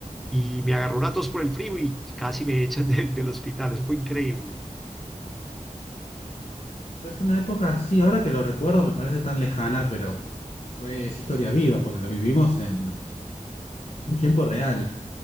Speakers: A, in the centre; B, on the left.
A: y me agarró una tos por el frío y casi me echan <laughs> del, del hospital. Eso fue increíble.
B: Pero es una época, sí, ahora que lo recuerdo me parece tan lejana, pero fue, es historia viva porque lo vivimos en, en tiempo real.